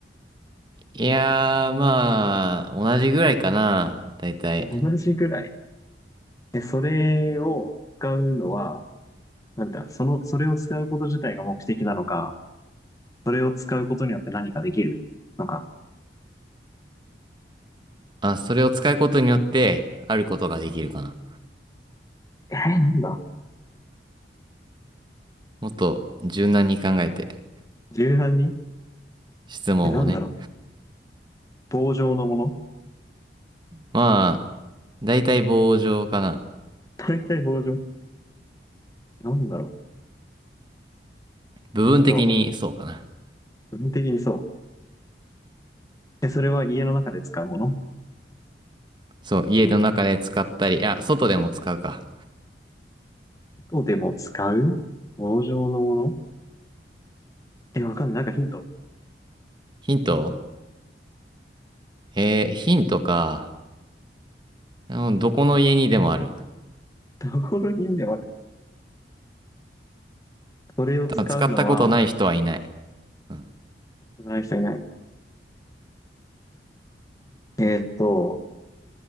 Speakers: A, on the right (about 25°); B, on the left (about 20°).
A: いやー、まあ、同じぐらいかな。だいたい。
B: 同じぐらい。で、それを使うのは、なんだ、その、それを使うこと自体が目的なのか、それを使うことによって何かできるのか。
A: あ、それを使うことによって、あることができるかな。
B: えー、なんだ
A: もっと柔軟に考えて、
B: 柔軟に
A: 質問をね。
B: え、なんだろう棒状のもの
A: まあ、だいたい棒状かな。
B: 大体棒状なんだろ
A: 部分的にそうかな。
B: そう。基本的にそう。で、それは家の中で使うもの
A: そう、家の中で使ったり、あ、外でも使うか。
B: 外でも使う棒状のものえ、わかんない。なんかヒント。
A: ヒントえー、ヒントか。うんどこの家にでもある。
B: どこのヒントもある。それを使うのは、
A: 多分使ったことない人はいない。うん。
B: 使う人いない。えーっと、